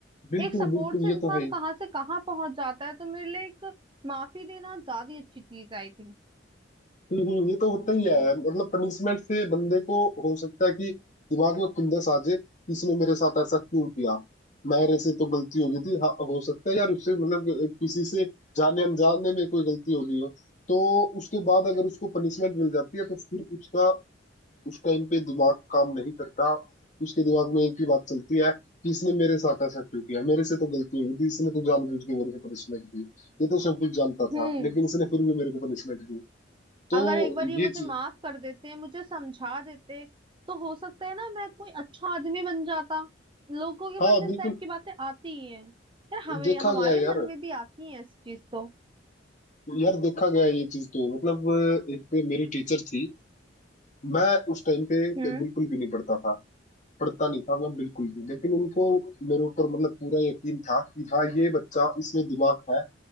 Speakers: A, on the left (about 40°); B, on the right (about 25°).
A: बिल्कुल
B: एक सपोर्ट
A: बिल्कुल
B: से
A: ये
B: इंसान
A: तो है ही
B: कहाँ से कहाँ पहुंच जाता है तो मेरे लिए एक माफी देना ज्यादा ही अच्छी चीज आई थिंक
A: हम्म, हम्म, ये तो होता ही है मतलब पनिशमेंट से बंदे को हो सकता है कि दिमाग में खुंदस आ जाए कि इसने मेरे साथ ऐसा क्यों किया मेरे से तो गलती हो गई थी हाँ, हो सकता है यार उससे मतलब किसी से जाने अनजाने में कोई गलती हो गई हो तो उसके बाद अगर उसको पनिशमेंट मिल जाती है तो फिर उसका उस टाइम पे दिमाग काम नहीं करता उसके दिमाग में एक ही बात चलती है कि इसने मेरे साथ ऐसा क्यों किया मेरे से तो गलती हो गई थी इसने तो जानबूझ के मेरे को पनिशमेंट दी ये तो सब कुछ जानता
B: हम्म
A: था लेकिन इसने फिर भी मेरे को पनिशमेंट दी
B: अगर
A: तो
B: एक बार ये
A: ये
B: मुझे
A: चीज
B: माफ कर देते मुझे समझा देते तो हो सकता है ना मैं कोई अच्छा आदमी बन जाता लोगों के
A: हाँ
B: मन में
A: बिल्कुल
B: इस टाइप की बातें आती ही हैं यार हमें
A: देखा
B: हमारे
A: गया है यार
B: मन में भी आती हैं इस चीज तो
A: यार देखा गया है ये चीज तो मतलब एक मेरी टीचर थी मैं उस टाइम पे
B: हम्म
A: बिल्कुल भी नहीं पढ़ता था पढ़ता नहीं था मैं बिल्कुल भी लेकिन उनको मेरे ऊपर मतलब पूरा यकीन था कि हाँ ये बच्चा इसमें दिमाग है